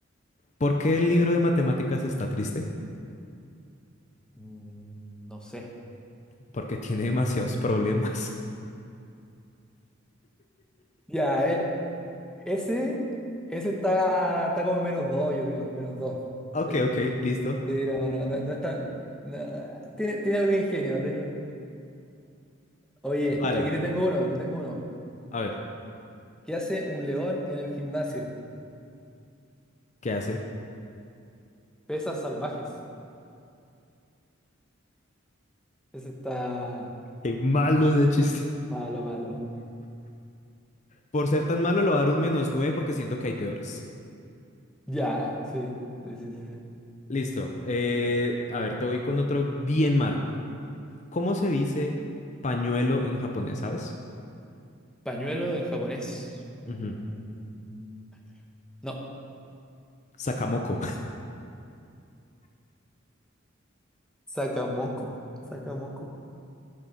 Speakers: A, on the left; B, in the centre.
A: ¿por qué el libro de matemáticas está triste?
B: Mm, no sé.
A: Porque tiene demasiados problemas. <laughs>
B: Ya, a ver, ese, ese está, está como en menos dos, yo creo, menos dos.
A: Ok,
B: Sí.
A: ok, listo.
B: Sí, no, no, no, no es tan. no, tiene, tiene algo de ingenio. tiene- Oye,
A: Vale,
B: aquí te tengo uno, te tengo uno.
A: a ver,
B: ¿Qué hace un león en el gimnasio?
A: ¿qué hace?
B: Pesas salvajes. Ese está
A: Qué malo ese chiste.
B: malo, malo.
A: Por ser tan malo, lo voy a dar un menos nueve porque siento que hay peores.
B: Ya, sí. Sí, sí, sí, sí.
A: Listo. eh, a ver, te voy con otro bien malo. ¿Cómo se dice pañuelo en japonés, sabes?
B: Pañuelo en japonés. Mm,
A: Ujú.
B: mm, no.
A: Sakamoko. <laughs>
B: Sacamoco, sacamoco.